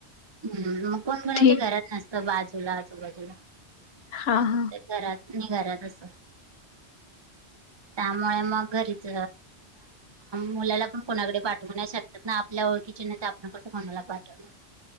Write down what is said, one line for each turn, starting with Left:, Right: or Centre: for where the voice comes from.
Right: हम् मग कोण कोणाच्या
Left: ठीक
Right: घरात नसतं बाजूला आजूबाजूला
Left: हा हा
Right: फक्त घरात आणि घरात अस त्यामुळे मग घरीच मुलाला पण कोणाकडे पाठवू नाही शकत. ना आपल्या ओळखीचे ना ते आपण कसं कोणाला पाठवलं